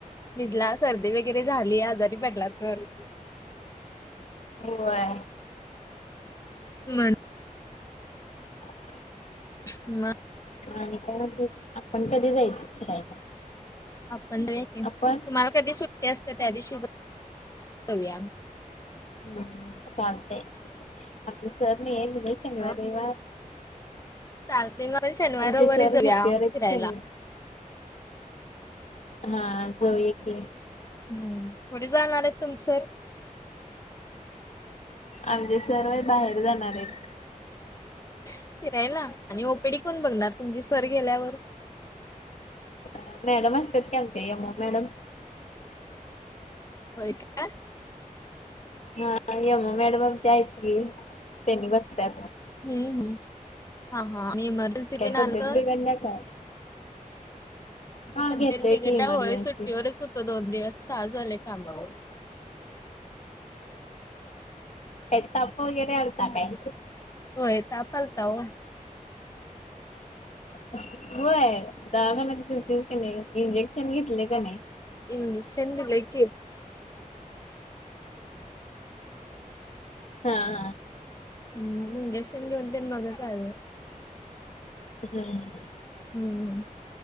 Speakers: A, on the left (about 25°); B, on the left (about 55°).
A: भिजला सर्दी वगैरे झाली आजारी पडला तर
B: होय.
A: सुमन
B: <unintelligible> <inaudible>
A: म
B: मग आणि काय म्हणतेस, आपण कधी जायच फिरायला?
A: आपण जाऊया कि,
B: आपण
A: तुम्हाला कधी सुट्टी असत्या, त्या दिवशी जाऊया.
B: हम्म! चालतय, आमच सर नाहीयेत बघुया शनिवार
A: हो
B: रविवार
A: चालते मग आपण शनिवार
B: आमचे
A: रविवारी
B: सर
A: जाऊया
B: सुट्टी‌वर आहेत,
A: फिरायला
B: शनिवारी हा, जाऊया की
A: हम्म, कुठे जाणार आहेत तुमच सर?
B: आमचे सर होय, बाहेर जाणार आहेत
A: फिरायला? आणि ओपीडी कोण बघणार? तुमचे सर गेल्यावर
B: अ मॅडम असत्यात की आमच्या, एम ओ मॅडम.
A: होय काय?
B: हा, एम. ओ. मॅडम आमच्या आहेत की, त्यांनी बसत्यात.
A: हम्म हम्म हा हा आणि इमर्जन्सी
B: काय
A: तेन आलं
B: तब्येत
A: तर
B: बिघडल्या काय? हा
A: तब्येत
B: घेतोय
A: बिघडल्या,
B: की इमर्जन्सी
A: होय सुट्टीवरच होतो दोन दिवस, आज आलोय कामावर.
B: काय ताप वगैरे आलता काय?
A: होय, ताप आलता ओ
B: होय, दवाखान्यात गेलतीस का नाही? इंजेक्शन घेतलय का नाही?
A: इंजीक्शन दिलंय की.
B: हा हा.
A: हम्म्! इंजेक्शन घेऊन तेन मगच आलोय.
B: हम्म.
A: हम्म!